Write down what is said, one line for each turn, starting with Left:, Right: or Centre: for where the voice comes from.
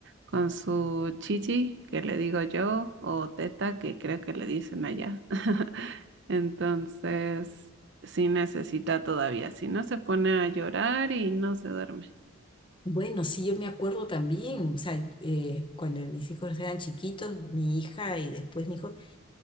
Right: con su chichi, que le digo yo, o teta, que creo que le dicen allá. <laughs> Entonces, sí necesita todavía, si no se pone a llorar y no se duerme.
Left: Bueno, sí, yo me acuerdo también, o sea, eh, cuando mis hijos eran chiquitos, mi hija y después mi hijo,